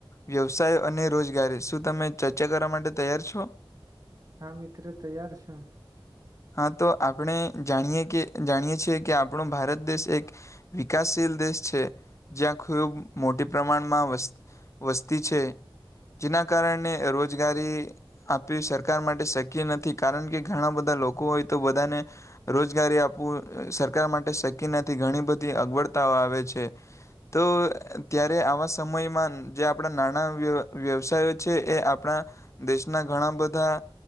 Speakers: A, on the left (about 35°); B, on the right (about 40°).
A: વ્યવસાય અને રોજગારી શું તમે ચર્ચા કરવા માટે તૈયાર છો?
B: હા મિત્રો તૈયાર છું.
A: હા તો આપણે જાણીએ કે જાણીએ છીએ કે આપણું ભારત દેશ એક, વિકાસશીલ દેશ છે. જ્યાં ખૂબ મોટી પ્રમાણમાં વ વસ્તી છે, જેના કારણે રોજગારી આપી સરકાર માટે શક કે નથી કારણ કે ઘણા બધા લોકો લોકો હોય તો બધાને, રોજગારી આપવું સરકાર માટે શક્ય નથી ઘણી બધી અગવડતાઓ આવે છે, તો ત્યારે આવા સમયમાં જે આપણા નાણા વ્ય વ્યવસાયો છે એ આપણા, દેશના ઘણા બધા